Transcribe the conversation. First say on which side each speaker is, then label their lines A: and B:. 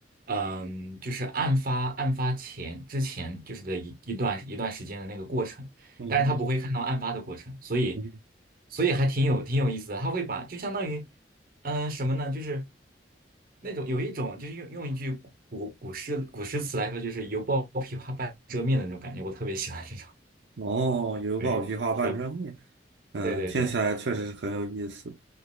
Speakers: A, on the right; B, on the right.
A: 嗯，就是案发案发前之前就是的一一段一段时间的那个过程，
B: 嗯哼，
A: 但是它不会看到案发的过程，所以
B: 嗯哼
A: 所以还挺有挺有意思的，它会把就相当于，嗯，什么呢？就是那种有一种就是用用一句古古诗古诗词来说，就是犹抱 <laughs> 琵琶半遮面的那种感觉，我特别喜欢这种。
B: 哦，有宝皮画半遮面，
A: 对，对 <laughs>
B: 嗯，
A: 对对对。
B: 听起来确实是很有意思。